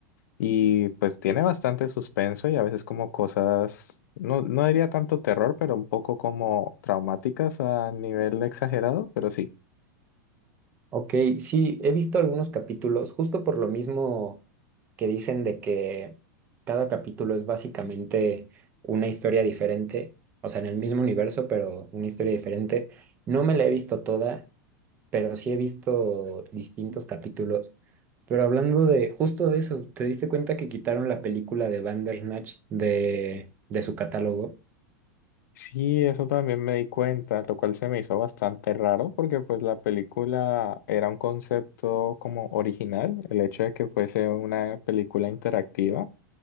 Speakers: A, on the left; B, on the right.
A: Y pues tiene bastante suspenso y a veces como cosas, no, no diría tanto terror, pero un poco como traumáticas a nivel exagerado, pero sí.
B: Ok, sí, he visto algunos capítulos, justo por lo mismo que dicen de que cada capítulo es básicamente una historia diferente, o sea, en el mismo universo, pero una historia diferente. No me la he visto toda, pero sí he visto distintos capítulos. Pero hablando de justo de eso, ¿te diste cuenta que quitaron la película de Bandersnatch de, de su catálogo?
A: Sí, eso también me di cuenta, lo cual se me hizo bastante raro porque pues la película era un concepto como original, el hecho de que fuese una película interactiva.